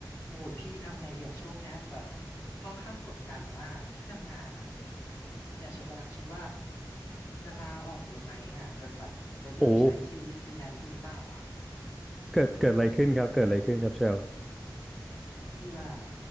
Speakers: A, on the left; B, in the centre.
A: โอ้ยพี่ทำไงเดี๋ยวช่วงเนี้ยแบบค่อนข้างกดดันว่ากที่ทำงานอ่ะเนี่ยเชลกำลังคิดว่าจะลาออกดีไหมอ่ะจะแบบไปเริ่มใช้ชีวิตฟรีแลนซ์ดีเปล่าอ่ะ
B: โอ้ เกิดเกิดอะไรขึ้นครับ เกิดอะไรขึ้นครับเชล
A: คือแบบ